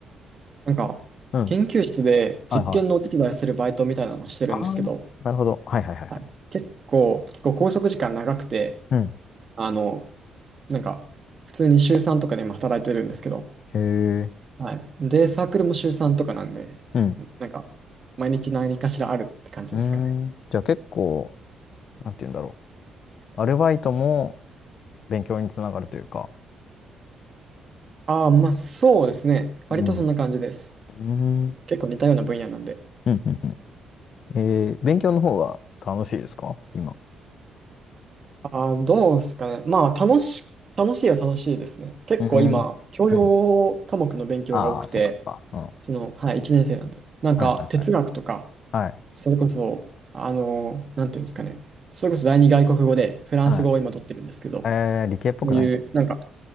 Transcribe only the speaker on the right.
なんか、
研究室で実験のお手伝いをするバイトみたいなのをしてるんですけど、
はい。結構、結構拘束時間長くて、
あの、なんか、普通に週3とかで今働いてるんですけど、
はい。で、サークルも週3とかなんで、
なんか、毎日何かしらあるって感じですかね。
ああ、まあそうですね。割とそんな感じです。
結構似たような分野なんで。
ああ、どうですかね。まあ楽し、楽しいは楽しいですね。結構今、
教養科目の勉強が多くて、
その、はい、1年生なんで。なんか哲学とか、
それこそ、あの、なんていうんですかね。それこそ第二外国語でフランス語を今取ってるんですけど、
こ
ういう、なんか